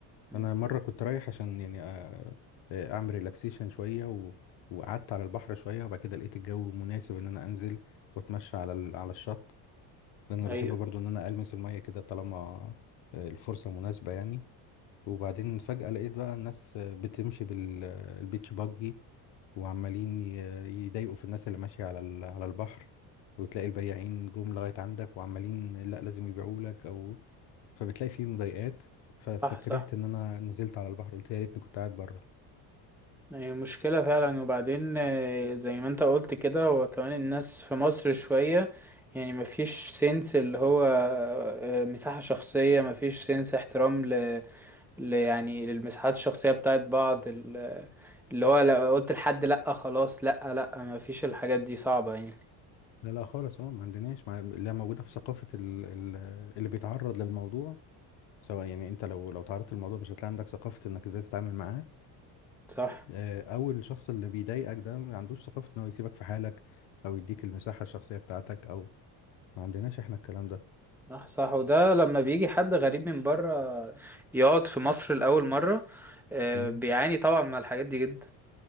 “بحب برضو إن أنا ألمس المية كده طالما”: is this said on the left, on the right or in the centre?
Left